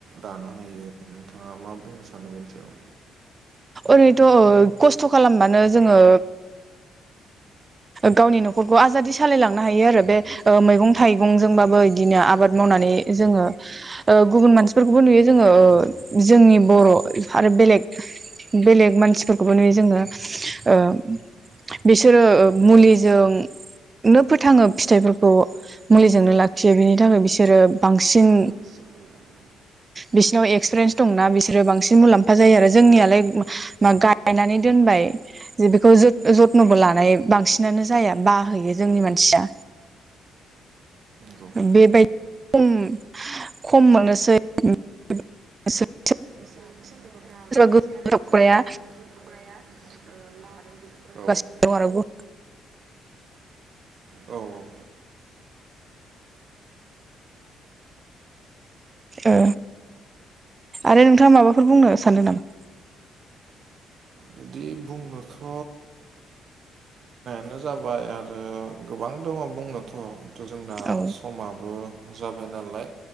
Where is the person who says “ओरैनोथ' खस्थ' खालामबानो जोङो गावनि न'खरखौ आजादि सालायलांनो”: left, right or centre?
Right